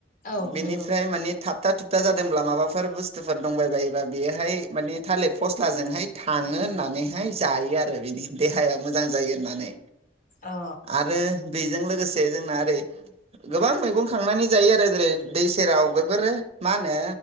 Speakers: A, on the left; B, on the right.
A: औ
B: बिनिफ्राय
A: नंगौ
B: माने थाब थोबथा थुबथा जादोंब्ला माबाफोर बुस्थुफोर दंबाय बायोबा बेयोहाय माने थालिर फस्लाजोंहाय थाङो होननानैहाय जायो आरो बिनि देहाया मोजां जायो होननानै।
A: अ
B: आरो बेजों लोगोसे जोंना ओरै गोबां मैगं खांनानै जायो आरो जेरै दै सेराव बेफोरो मा होनो